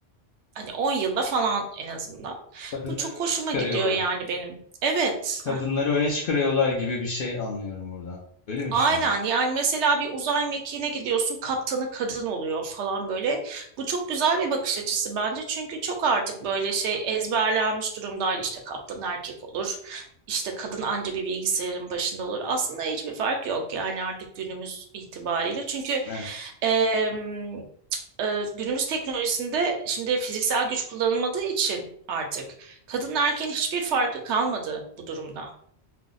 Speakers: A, on the right; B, on the left.
A: hani 10 yılda falan en azından.
B: Kadınları
A: Bu çok
B: öne
A: hoşuma
B: çıkarıyorlar.
A: gidiyor yani benim. Evet.
B: Kadınları öne çıkarıyorlar gibi bir şey anlıyorum buradan. Öyle mi
A: Aynen
B: düşünüyorsun?
A: yani mesela bir uzay mekiğine gidiyorsun kaptanı kadın oluyor falan böyle. Bu çok güzel bir bakış açısı bence. Çünkü çok artık böyle şey ezberlenmiş durumda işte kaptan erkek olur. işte kadın anca bir bilgisayarın başında olur. Aslında hiçbir fark yok yani artık günümüz itibariyle. Çünkü
B: Evet.
A: em, e, günümüz teknolojisinde şimdi fiziksel güç kullanılmadığı için artık kadın erkeğin hiçbir farkı kalmadı bu durumda.